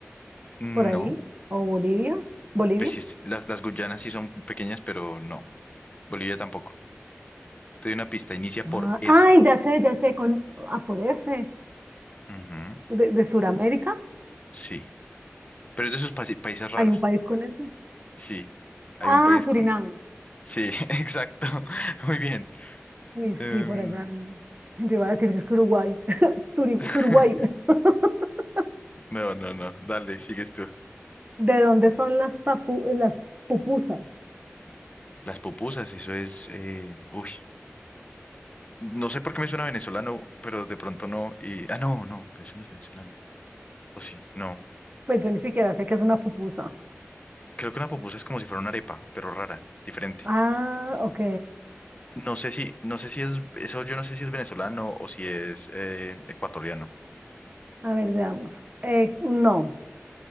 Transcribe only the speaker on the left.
No.
Pues sí es- las, las Guyanas sí son pequeñas, pero no. Bolivia tampoco. Te doy una pista, inicia
por S.
Ujú,
Sí. Pero es de esos pa- países raros.
Sí. Hay
un país
con. Sí, <laughs> exacto. <laughs> Muy bien.
Em,
<laughs>
no, no, no. Dale, sigues tú.
Las pupusas, eso es. eh, Uy. No sé por qué me suena venezolano, pero de pronto no. Y... Ah, no, no, eso no es venezolano. O sí, no.
Creo que una pupusa es como si fuera una arepa, pero rara, diferente.
No sé si, no sé si es, eso yo no sé si es venezolano o si es eh, ecuatoriano.